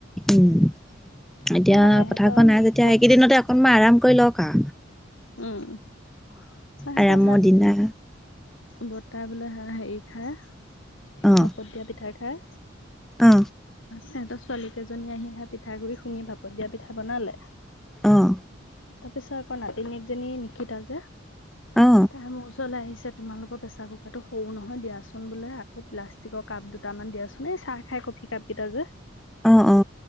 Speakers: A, in the centre; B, on the left (about 75°).
A: উম এতিয়া
B: সেয়াই ইহঁতৰ
A: পথাৰখন নাই যেতিয়া
B: বত
A: এইকেইদিনতে অকনমান আৰাম কৰি লওক আ
B: উম <unintelligible> বৰ্তা
A: আৰামৰ দিনা
B: বৰ্তাই বোলে হ হেৰি খায়
A: অ
B: ভাপত দিয়া পিঠা খাই
A: অ
B: আছে <unintelligible> ছোৱালীকেইজনী আহি সেয়া পিঠাগুৰি খুন্দি ভাপত দিয়া পিঠা বনালে
A: অঁ
B: তাৰ পিছত আকৌ নাতিনীয়েকজনী নিশিতা যে
A: অ
B: তাই মোৰ ওচৰলৈ আহিছে পিছে তোমালোকৰ প্ৰেচাৰ কুকাৰটো সৰু নহয় দিয়াচোন বোলে আকৌ প্লাষ্টিকৰ কাপ দুটামান দিয়াচোন এই চাহ খাই কফি কাপ কেইটা যে
A: অ অ